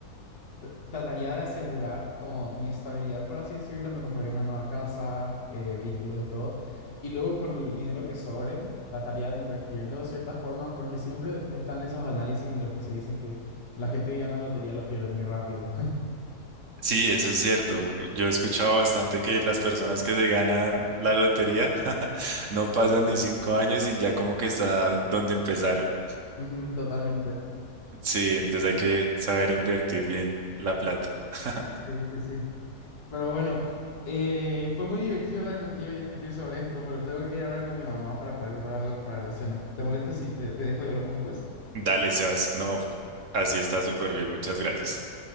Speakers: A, on the left; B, on the right.
A: tr- trataría de asegurar como mi estabilidad, por así decirlo. Me compraría una nueva casa, eh, vehículos y todo. Y luego con el dinero que sobre, trataría de invertirlo de cierta forma, porque siempre están esos análisis en los que se dicen que la gente que gana lotería lo pierde muy rápido.
B: Sí, eso es cierto. Yo he escuchado bastante que las personas que se ganan la lotería <laughs> no pasan ni cinco años y ya como que están donde empezaron.
A: <laughs> Ujú, totalmente.
B: Sí, entonces hay que saber invertir bien la plata. <laughs>
A: Sí, sí, sí. Pero bueno, eh, fue muy divertido hablar contigo y discutir sobre esto, pero tengo que ir a hablar con mi mamá para poder preparar algo para la cena. ¿Te molesta si te, te dejo y hablamos después?
B: Dale, Sebas. No, así está súper bien. Muchas gracias.